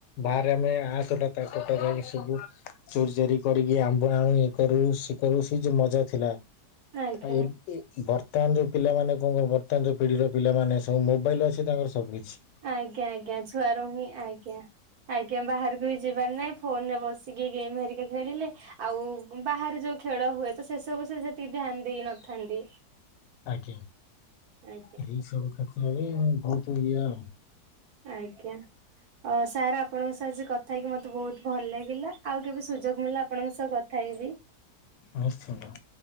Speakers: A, on the left; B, on the right.
A: ବାରରେ ଆମେ ଆତଟା ତା ତଟା। ସବୁ ଚୋରି ଚାରି କରିକି ଆମ୍ବ ଆଣି ଇଏ କରୁ ସେ କରୁ ସେ ଯୋଉ ମଜା ଥିଲା।
B: ଆଜ୍ଞା
A: ଥାଏ। ବର୍ତ୍ତମାନ ଯୋଉ ପିଲାମାନେ କଣ କ ବର୍ତ୍ତମାନ ଯୋଉ ପିଢିର ପିଲାମାନେ ସବୁ ମୋବାଇଲ ଅଛି ତାଙ୍କର ସବୁ କିିଛି।
B: ଆଜ୍ଞା-ଆଜ୍ଞା ଛୁଆ ର ହିଁ ଆଜ୍ଞା। ଆଜ୍ଞା ବାହାରକୁ ବି ଯିବାର ନାହିଁ ଫୋନ୍ ରେ ବସିକି ଗେମ୍ ହେରିକା ଖେଳିଲେ। ଆଉ ବାହାରେ ଯୋଉ ଖେଳ ହୁଏ ତ ସେ ସବୁ ସେ ସେତିକି ଧ୍ୟାନ ଦେଇ ନଥାନ୍ତି।
A: ଆଜ୍ଞା
B: ଆଜ୍ଞା।
A: ଏଇ ସବୁ କ୍ଷେତ୍ରରେ ବହୁତ ଇଏ
B: ଆଜ୍ଞା। ଅ ସାର୍ ଆପଣଙ୍କ ସହ ଆଜି କଥା ହେଇକି ମତେ ବହୁତୁ ଭଲ ଲାଗିଲା ଆଉ କେବେ ସୁଯୋଗ ମିଳିଲା ଆପଣଙ୍କ ସହ ଉଠାଇବି
A: ନିଶ୍ଚିନ୍ତ